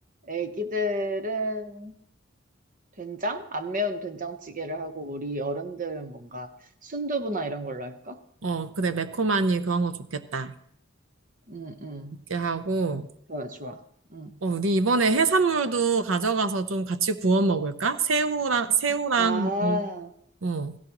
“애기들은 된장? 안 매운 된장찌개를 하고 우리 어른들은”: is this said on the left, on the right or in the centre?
Right